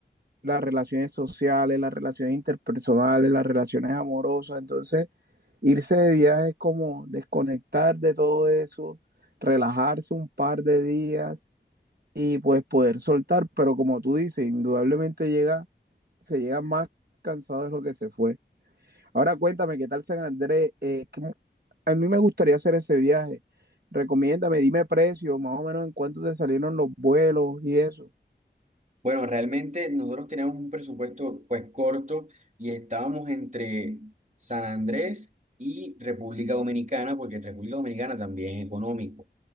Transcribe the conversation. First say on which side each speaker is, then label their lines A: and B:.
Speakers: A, on the right (about 55°); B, on the right (about 40°).
A: las relaciones sociales, las relaciones interpersonales, las relaciones amorosas. Entonces, irse de viaje es como desconectar de todo eso, relajarse un par de días y pues poder soltar. Pero como tú dices, indudablemente llega, se llega más cansado de lo que se fue. Ahora cuéntame, ¿qué tal San Andrés? Eh, que a mí me gustaría hacer ese viaje. Recomiéndame, dime precio, más o menos en cuánto te salieron los vuelos y eso.
B: Bueno, realmente nosotros teníamos un presupuesto pues corto y estábamos entre San Andrés y República Dominicana, porque en República Dominicana también es económico